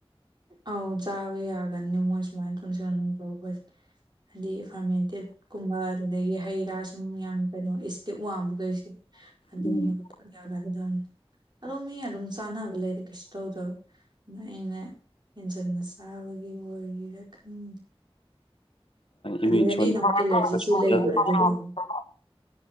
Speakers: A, on the right; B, on the left.
A: ꯑꯧ ꯆꯥꯕ ꯌꯥꯒꯟꯗꯦ ꯃꯣꯏ ꯁꯨꯃꯥꯏꯅ ꯅꯨꯡꯁꯪ ꯇꯧꯕꯁꯦ ꯍꯥꯏꯗꯤ ꯐꯥꯔꯃꯦꯟꯇꯦꯠ ꯀꯨꯝꯕ ꯑꯗꯨꯗꯒꯤ ꯍꯩ ꯔꯥ ꯁꯨꯝ ꯌꯥꯝ ꯀꯩꯅꯣ ꯏꯁꯇꯤꯛ ꯋꯥꯡꯕꯈꯩꯁꯦ ꯑꯗꯨꯒꯨꯝꯕꯗ
B: ꯎꯝ
A: ꯌꯥꯒꯟꯗꯝꯅꯦ ꯑꯗꯝ ꯃꯤ ꯑꯗꯨꯝ ꯆꯥꯅꯕ ꯂꯩꯗꯥ ꯀꯩꯁꯨ ꯇꯧꯗꯕ ꯑꯗ ꯑꯩꯅ ꯍꯦꯟꯖꯤꯟꯅ ꯆꯥꯕꯒꯤ ꯑꯣꯏꯒꯦꯔꯥ ꯈꯪꯗꯦ ꯑꯗꯨꯗ
B: ꯏꯃꯦꯟꯁꯨ
A: ꯑꯩꯅ
B: <unintelligible> <unintelligible>
A: ꯑꯃꯨꯛ ꯑꯦꯂꯔꯖꯤꯁꯨ ꯂꯩꯕ ꯑꯗꯨꯗꯨꯒꯤ